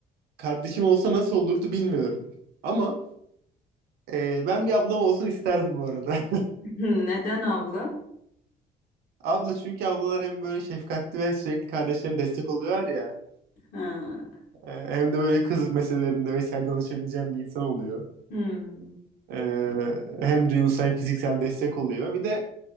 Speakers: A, on the right; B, on the left.
A: kardeşim olsa nasıl olurdu bilmiyorum. Ama e, ben bir ablam olsun isterdim bu arada.
B: <laughs> Neden abla?
A: <laughs> Abla çünkü ablalar hem böyle şefkatli ve sürekli kardeşlerine destek oluyor ya.
B: Ha.
A: E, hem de böyle kız meselelerinde vesaire danışabileceğim bir insan oluyor.
B: Hmm.
A: Ee, hem duygusal hem fiziksel destek oluyor. Bir de